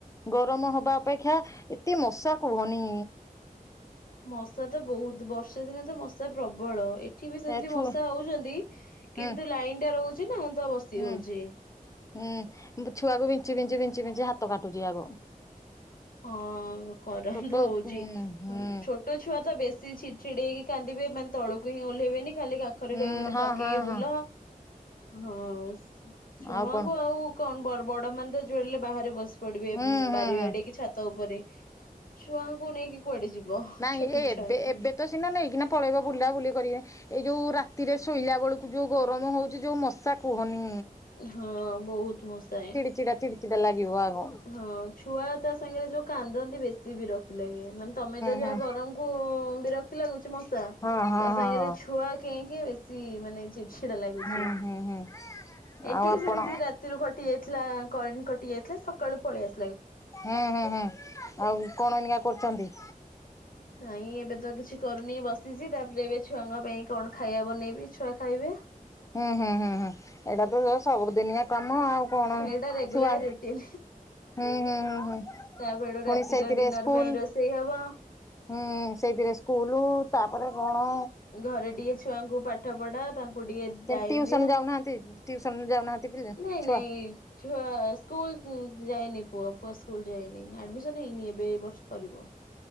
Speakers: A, on the left; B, on the left.
A: ଗରମ ହବା ଅପେକ୍ଷା ଏତେ ମଶା କୁହନି।
B: ମଶା ତ ବହୁତ, ବର୍ଷା ଦିନେ ତ ମଶା ପ୍ରବଳ ଏ ଏଠି ବି ସେମିତି
A: ଏ ଛୁ
B: ମଶା ହଉଛନ୍ତି କିନ୍ତୁ
A: ହୁଁ
B: ଲାଇନ ଟା ରହୁଛି ନା ତ ବସି
A: ହୁଁ
B: ହଉଛି।
A: ହୁଁ ଛୁଆକୁ ବିଞ୍ଚି ବିଞ୍ଚି ବିଞ୍ଚି ବିଞ୍ଚି ହାତ କାଟୁଛି ଆଗ।
B: ହଁ କରେଣ୍ଟ
A: ଛୋଟ
B: ହଉଚି,
A: ହୁଁ ହୁଁ
B: ଛୋଟ ଛୋଟ ଛୁଆ ତ ବେଶୀ ଛି ଛିଡି ହେକି କାନ୍ଦିବେ, ମାନେ ତଳକୁ ହିଁ ଓହ୍ଲେଇବେନି ଖାଲି ପାଖରେ
A: ହୁଁ
B: କହି ମତେ
A: ହଁ
B: କାଖେଇକି
A: ହଁ
B: ବୁଲ,
A: ହଁ।
B: ହଁ ଛୁଆଙ୍କୁ
A: ଆଉ କଣ
B: ଆଉ କଣ ବଡ? ମାନେ ତ ଯୋଆଡେ ହେଲେ ବାହାରେ ବସି ପଡିବେ,
A: ହୁଁ ହୁଁ
B: ବାରି
A: ହୁଁ।
B: ଆଡେ କି ଛାତ ଉପରେ। ଛୁଆଙ୍କୁ ନେଇକି କୁଆଡେ ଯିବ?
A: ନାଇଁ
B: ଛୋଟ
A: ଏ ଏବେ
B: ଛୁଆଙ୍କୁ।
A: ଏବେ ତ ସିନା ନେଇକିନା ପଳେଇବା ବୁଲା ବୁଲି କରିବେ। ଏଇ ଯୋଉ ରାତିରେ ଶୋଇଲା ବେଳକୁ ଯୋଉ ଗରମ ହଉଛି, ଯୋଉ ମଶା କୁହନି?
B: ହଁ ବହୁତ ମଶାଏ।
A: ଚିଡ଼ା ଚିଡି ଚିଡା ଲାଗିବ ଆଗ। ହୁଁ
B: ହଁ ଛୁଆ ତା ସାଙ୍ଗରେ ଯୋଉ କାନ୍ଦନ୍ତି, ବେଶୀ ବିରକ୍ତି ଲାଗେ। ମାନେ ତମେ ତ
A: ହୁଁ।
B: ଯାହା ଗରମକୁ ବିରକ୍ତି ଲାଗୁଛି ମଶା
A: ହଁ ହଁ
B: ତା ସାଙ୍ଗରେ
A: ହଁ ହଁ
B: ଛୁଆ ଙ୍କେ ଙ୍କେ, ବେଶୀ ମାନେ ଚିଡ ଚିଡା ଲାଗୁଛି।
A: ହୁଁ ହୁଁ ହୁଁ।
B: ଏଠି
A: ଆଉ
B: ବି
A: ଆପଣ
B: ସେମିତି ରାତିରୁ କଟି ଯାଇଥିଲା କରେଣ୍ଟ କଟି ଯାଇଥିଲା, ସକାଳୁ ପଳେଇ ଆସି
A: ହେଁ ହେଁ ହେଁ, ଆଉ କଣ ଏଇନା କରୁଛନ୍ତି?
B: ନାଇଁ ଏବେ ତ କିଛି କରୁନି, ବସିଛି, ତାପରେ ଏବେ ଛୁଆଙ୍କ ପାଇଁ କଣ ଖାଇବା ବନେଇବି, ଛୁଆ ଖାଇବେ।
A: ହେଁ ହେଁ ହେଁ ହେଁ, ଏଇଟା ତ ସବୁ ଦିନିଆ କାମ ଆଉ କଣ
B: ଏଇଟା ରେଗୁଲାର
A: ଛୁଆ
B: ରୁଟିନ
A: ହୁଁ ହୁଁ ହୁଁ ହୁଁ।
B: ତାପରୁ
A: ପୁଣି
B: ରାତିର
A: ସେଇଥିରେ
B: ଡିନର
A: ସ୍କୁଲ
B: ପାଇଁ ରୋଷେଇ ହବ।
A: ହୁଁ ସେଇଥିରେ ସ୍କୁଲ, ତାପରେ କଣ
B: ଘରେ ଟିକେ ଛୁଆଙ୍କୁ ପାଠ ପଢା, ତାଙ୍କୁ ଟିକେ
A: ସେମିତି
B: ଟାଇମ
A: ଟିଉସନ
B: ଦିଅ।
A: ଯାଉନାହାନ୍ତି, ଟିଉସନ ଯାଉନାହାନ୍ତି ପି
B: ନାଇଁ ନାଇଁ
A: ଛୁଆ।
B: ଛୁଆ ସ୍କୁଲ ଯାଇନି ପୁଅ, ପୁଅ ସ୍କୁଲ ଯାଇନି, ଆଡମିସନ ହେଇନି ଏବେ ଏ ବର୍ଷ କରିବୁ।